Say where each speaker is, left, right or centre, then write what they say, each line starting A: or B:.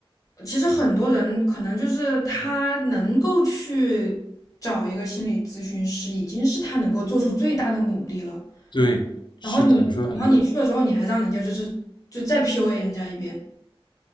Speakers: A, on the left; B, on the left.
A: 其实很多人可能就是他能够去找一个心理咨询师，已经是他能够做出最大的努力了。
B: 对，是的，
A: 然后你，
B: 你说的很对，
A: 然后你去了之后，你还让人家就是就再 PUA 人家一遍。